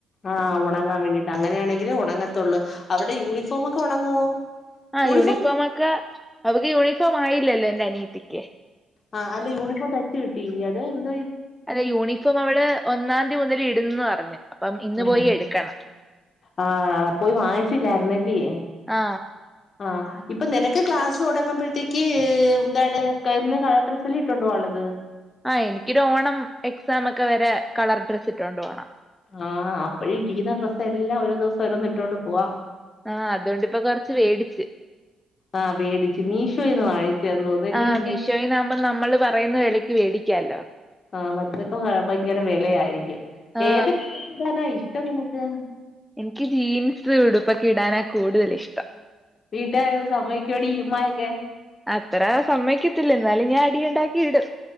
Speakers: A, on the left; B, in the centre.
A: ആഹ് ഉണങ്ങാൻ വേണ്ടിട്ട് അങ്ങനെയാണെങ്കിൽ ഉണങ്ങത്തുള്ളൂ അവടെ യൂണിഫോമ ഒക്കെ ഉണങ്ങുവോ
B: ആഹ്
A: യൂണിഫോം
B: യൂണിഫോമ ഒക്കെ അവക്ക് യൂണിഫോം ആയില്ലല്ലോ എന്റെ അനിയത്തിക്ക്
A: ആഹ് അല്ലെ യൂണിഫോം തച്ച് കിട്ടിയില്ല അതെ എന്ത
B: അല്ലെ യൂണിഫോം അവള് ഒന്നാം തീയതി മുതൽ ഇടുന്നന്ന് പറഞ്ഞഞ് അപ്പം ഇന്ന്
A: ആഹ്
B: പോയി എടുക്കണം
A: ആഹ് പോയി വാങ്ങിച്ചില്ലായിരുന്നല്ല്യേ
B: ആ
A: ആഹ് ഇപ്പൊ നിനക്ക് ക്ലാസ്സ് തുടങ്ങുമ്പോഴത്തേക്ക് എന്താണ് എന്ന് കള ഡ്രസ്സല്ല ഇട്ടുണ്ടോ പോവാള്ളത്
B: അഹ് എനിക്കൊരു ഓണം എക്സാം ഒക്കെ വരെ കളർ ഡ്രസ്സ് ഇട്ടൊണ്ട് പോണം
A: ആഹ് അപ്പൊ ഇട്ട്ക്കുന്ന ഡ്രസ്സ് എല്ലാം ഓരോ ദിവസം ഓരോന്നിട്ടോണ്ട് പോവാം.
B: ആഹ് അതോണ്ട് ഇപ്പൊ കൊർച്ച് വേടിച്ച്.
A: ആഹ് വേടിച്ച് മീഷോയിന്ന് വാങ്ങിച്ചയാന്ന് തോന്നുന്നല്ലേ
B: ആഹ്
A: പിന്നെ
B: മീഷോയിന്നാമ്പോം നമ്മള് പറയുന്ന വിലക്ക് വേടി ക്കാല്ലോ.
A: ആഹ് മറ്റതൊക്കെ ഭയങ്കര വെലയായിരിക്കും.
B: ആ
A: ഏതൊക്കെ ഡ്രസ്സ്‌ ഇടാനാ ഇഷ് ട്ടം നിനക്ക്?
B: ഇൻക്ക് ജീൻസ് ഉടുപ്പൊക്ക ഇടാനാ കൂടുതല് ഇഷ്ടം.
A: വീട്ടുകാരത് സമ്മതിക്കോടി ഉമ്മായൊക്കെ
B: അത്ര സമ്മയ്ക്കത്തില്ല എന്നാലും ഞാൻ അടി ണ്ടാക്കി ഇടും.